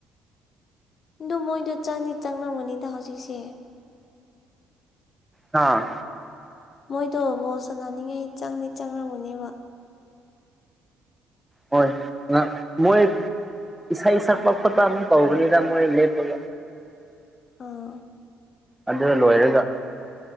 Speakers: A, on the left; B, in the centre.
A: ꯑꯗꯣ ꯃꯣꯏꯗꯣ ꯆꯪꯅꯤ ꯆꯪꯂꯝꯒꯅꯤꯗ ꯍꯧꯖꯤꯛꯁꯦ
B: ꯍꯥꯥ
A: ꯃꯣꯏꯗꯣ ꯕꯣ ꯁꯥꯟꯅꯅꯤꯡꯉꯥꯏ ꯆꯪꯗꯤ ꯆꯪꯉꯝꯃꯨꯅꯦꯕ
B: ꯍꯣꯏ ꯃꯣꯏ ꯏꯁꯥ ꯏꯁꯛꯄ ꯈꯣꯠꯇ ꯑꯃꯨꯛ ꯇꯧꯒꯅꯤꯗ ꯃꯣꯏ ꯂꯦꯠ ꯑꯣꯏꯕ
A: ꯑꯥ
B: ꯑꯗꯨ ꯂꯣꯏꯔꯒ